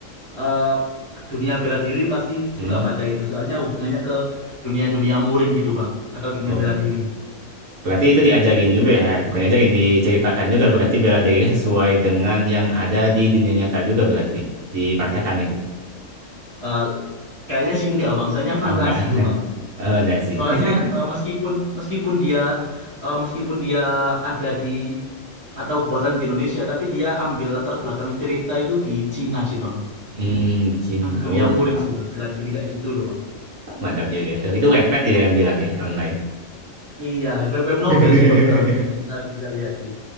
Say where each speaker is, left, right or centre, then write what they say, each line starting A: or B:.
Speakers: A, on the right; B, on the right.
A: eh, dunia bela diri pasti
B: Hmm.
A: suka baca itu. Soalnya hubungannya ke dunia-dunia murim gitu bang. Atau dunia
B: Oh,
A: bela diri.
B: berarti itu diajarin juga ya? Eh, Bukan diajarin, diceritakan juga. Berarti bela dirinya sesuai dengan yang ada di dunia nyata juga berarti. Dipraktekannya gitu.
A: Eh, kayaknya sih enggak bang. Soalnya fantasi
B: Oh enggak. <laughs>
A: itu bang.
B: Oh enggak sih.
A: Soalnya
B: <laughs>
A: eh, meskipun meskipun dia eh, meskipun dia ada di atau buatan di Indonesia. Tapi dia ambil latar belakang cerita itu di Cina sih bang.
B: Hmm, di Cina.
A: Kan dunia
B: Oh, oke,
A: murim
B: Pak.
A: sih bang. Bela diri kayak gitu loh bang.
B: Mantap juga tuh. Itu Wattpad dia kan bilang ya online.
A: Iya, web, web
B: <laughs>
A: novel sih Bang, kalau misalnya kita bisa lihat sih.